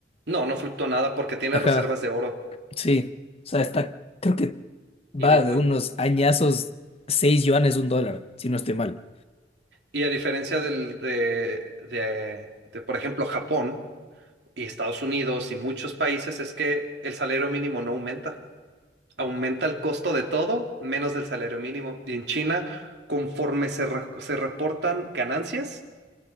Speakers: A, on the right; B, on the left.
A: No, no fluctúa nada porque tiene
B: Ajá.
A: reservas de oro
B: Sí. O sea, está. Creo que va
A: y Bitcoin.
B: de unos añazos. Seis yuanes, un dólar, si no estoy mal.
A: Y a diferencia del, de, de, de, por ejemplo, Japón y Estados Unidos y muchos países, es que el salario mínimo no aumenta. Aumenta el costo de todo menos del salario mínimo. Y en China, conforme se, re- se reportan ganancias,